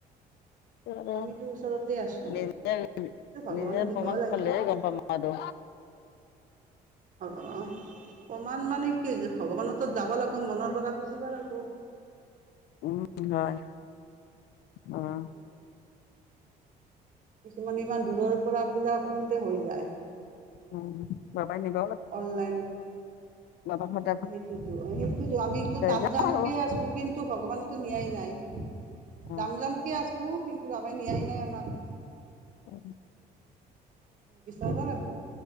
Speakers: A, on the left; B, on the right.
A: অ
B: আমিতো ওচৰতে আছোঁ
A: নিজে নিজে
B: এইটো ভগৱানে দিবও
A: প্ৰমাণ
B: লাগিব
A: পালেহে গম পাম আৰু
B: হ'ব প্ৰমান মানে কি, ভগৱানতাত যাব লাগব মনৰ গথা খুজিব লাগব।
A: উম হয় উম
B: খোলা কিছুমানে ইমান দূৰৰ পৰা পূজা কৰোতে হৈ যায়।
A: উম বাবা নিবওঁ লাগ
B: অললাইন।
A: বাবা ঠাইত
B: সেইটোতো সেইটোতো আমি জাম
A: যাম
B: জামকে
A: আৰু
B: আছো কিন্তু ভগৱানেতো নিয়াই নাই।
A: অ।
B: যাম যামকে আছো, কিন্তু বাবাই নিয়াই নাই আমাক।
A: অ
B: বিচাৰিব লাগব,